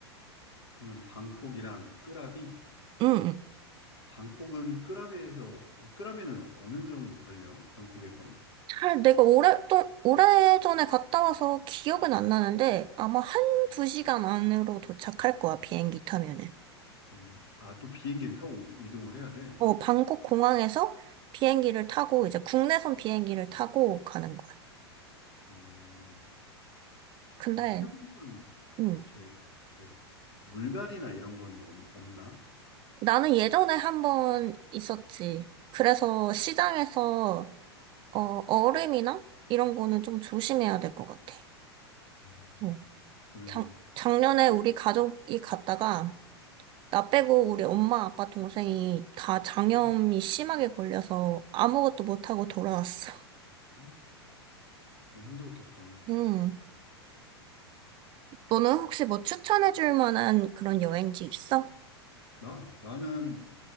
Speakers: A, on the left (about 65°); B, on the right (about 35°).
A: 그러면 방콕이랑 끄라비
B: 응, 응.
A: 방콕은 끄라비에서, 끄라비는 어느 정도 걸려? 방콕에서?
B: 잘, 내가 오랫동, 오래전에 갔다 와서 기억은 안 나는데, 아마 한 두 시간 안으로 도착할 거야, 비행기 타면은.
A: 음, 아, 또 비행기를 타고 이동을 해야 돼.
B: 어, 방콕 공항에서 비행기를 타고, 이제 국내선 비행기를 타고 가는 거야.
A: 어,
B: 근데,
A: 그럼 태국은
B: 음,
A: 이렇게, 이렇게 물갈이나 이런 건 없- 없나?
B: 나는 예전에 한 번 있었지. 그래서 시장에서 어, 얼음이나 이런 거는 좀 조심해야 될 것 같아.
A: 음,
B: 어.
A: 그러면
B: 작, 작년에
A: 태국?
B: 우리 가족이 갔다가 나 빼고 우리 엄마, 아빠, 동생이 다 장염이
A: 음,
B: 심하게 걸려서 아무것도 못하고 돌아왔어.
A: 음, 어, 힘들었겠다.
B: 음. 너는 혹시 뭐 추천해줄 만한 그런 여행지 있어?
A: 나? 나는